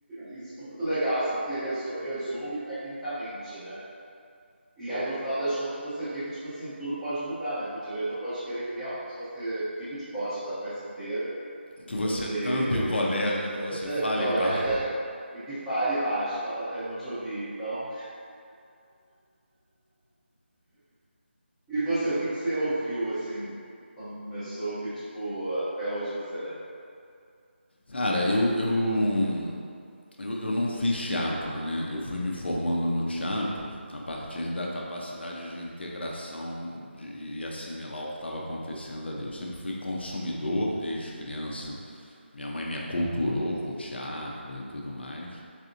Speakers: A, in the centre; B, on the left.
A: Isso foi muito legal, assim, porque resu- resume tecnicamente, né? E aí, no final das contas, você vê que, tipo assim, tudo pode mudar, né? Que o diretor pode querer que realmente você fique de costas a peça inteira,
B: Que
A: que
B: você
A: você
B: tampe o colega, que você
A: <laughs>
B: fale,
A: colega
B: pá.
A: e que fale baixo para a plateia não te ouvir. Então. E você, o que que você ouviu assim quando começou que tipo até hoje você lembra?
B: Cara, eu, eu Eu, eu não fiz teatro, né? Eu fui me formando no teatro a partir da capacidade de integração de, e assimilar o que estava acontecendo ali. Eu sempre fui consumidor desde criança. Minha mãe me aculturou com teatro e tudo mais.